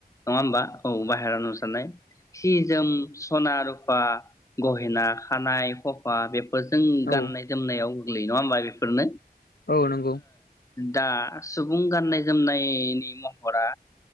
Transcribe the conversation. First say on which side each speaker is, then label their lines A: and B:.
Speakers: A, on the left (about 20°); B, on the left (about 70°).
A: नङा होमबा औ बाहेरायाव नुसारनाय । सि जोम सना रुफा गहेना खानाय हफा बे फो जों
B: औ
A: गाननाय होननायाव गोग्लैयो नङा होमबा बेफोरनो ।
B: औ नंगौ ।
A: दा सुबुं गाननाय जोमनायनि महरा